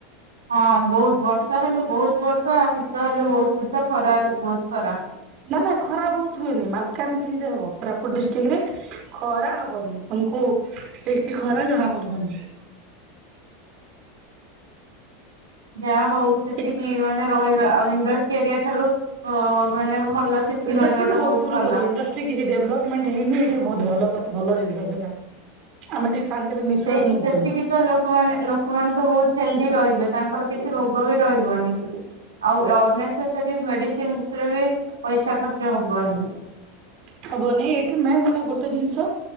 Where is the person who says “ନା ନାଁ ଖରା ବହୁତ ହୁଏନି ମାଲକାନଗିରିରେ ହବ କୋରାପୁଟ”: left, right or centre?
Right